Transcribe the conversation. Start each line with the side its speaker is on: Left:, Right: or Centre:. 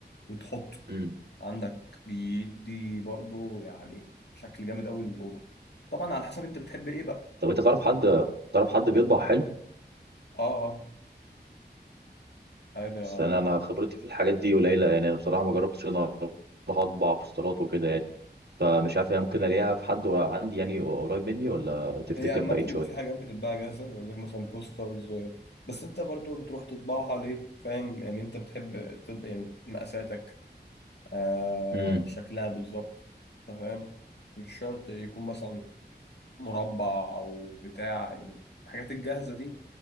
Left: وتحطه
Right: امم
Left: عندك بيدي برضو يعني شكل جامد قوي للاوضه طبعا على حسب انت بتحب ايه بقى
Right: طب أنت تعرف حد تعرف حد بيطبع حلو؟
Left: اه اه عادي آه.
Right: بس
Left: آه.
Right: أنا أنا خبرتي في الحاجات دي قليلة يعني أنا بصراحة ما جربتش إن أنا أروح أطبع بوسترات وكده يعني فمش عارف يعني ممكن ألاقيها في حد عندي يعني قريب مني ولا تفتكر
Left: هي عامة
Right: بعيد شوية؟
Left: في حاجات بتتباع جاهزة يقول لك مثلا بوسترز بس انت برضو بتروح تطبعها ليه فاهم يعني انت بتحب تط- يعني مقاساتك آه
Right: مم.
Left: شكلها بالظبط أنت فاهم مش شرط يكون مثلا مربع او بتاع يعني الحاجات الجاهزه دي